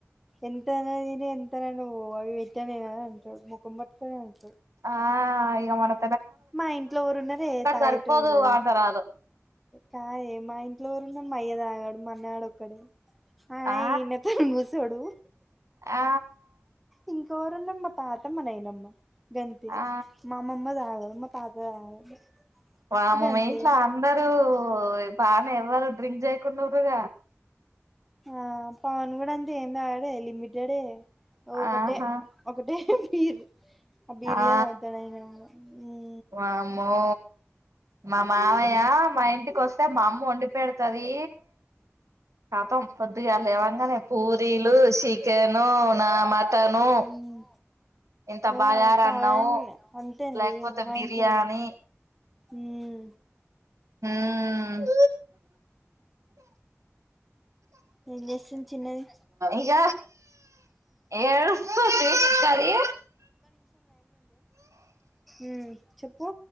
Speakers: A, in the centre; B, on the right.
A: ఎంతన దిను ఎంతన నువ్వు అవి వెట్టనేనా అంటాడు ముఖం పట్టుకునే ఉంట
B: ఆ ఇగ మనం
A: మా ఇంట్లో ఎవరున్నరే తాగేటోళ్ళు
B: సరిపోదు అంటారు ఆళ్ళు
A: కాదే మా ఇంట్లో ఎవరున్నరు మయ్య తాగాడు మన్నే ఆడు కడు అరే
B: ఆ
A: ఈడ్నే బూసోడు
B: ఆ
A: ఇంకే ఎరున్నరు మా తాత మా నయినమ్మ గంతే
B: ఆ
A: మా అమ్మమ్మ తాగ మ తాత తాగడు
B: వామ్మో
A: గంతే
B: మీ ఇంట్లో అందరూ త ఎవరు డ్రింక్ జేయకుండురుగ
A: ఆ పవన్ కూడా అంతే ఏమి తాగాడే లిమిటెడే ఒకటే
B: ఆహా
A: ఒకటే బీరు అ బీర్లే
B: ఆ
A: తాగుతాడు అయినగాని మ్
B: వామ్మో మా మావయ్య మా ఇంటికి వస్తే మా అమ్మ వండి పెడతాది కతం పొద్దిగా లేవంగనే పూరీలు చి కెను నా మటనూ
A: మ్మ్
B: ఇంత
A: అదే
B: బగార
A: పవన్
B: అన్నవ్
A: అంతేనండి
B: లేకపోతే
A: మా
B: బిర్యాణి
A: ఇంట్లో కూడా మ్మ్
B: హ్మ్
A: ఏం చేస్తుంది చిన్నది
B: ఇగ ఏడుస్తుంది చిన్నది.
A: ఏ మ్ చెప్పు